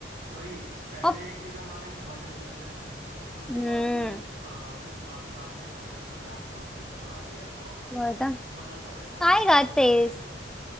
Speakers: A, on the right; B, in the centre.
A: वही पहले
B: और
A: के जमाने में भजन चलते थे उसके
B: हम्म
A: बाद अभी आ, अपने पुराने गाने हो गए आजकल रैप सॉन्ग चलते हैं और आगे जाके और मतलब
B: वही तो
A: बदलता रहेगा
B: आएगा
A: बट संगीत
B: तेज
A: तो रहेगा ही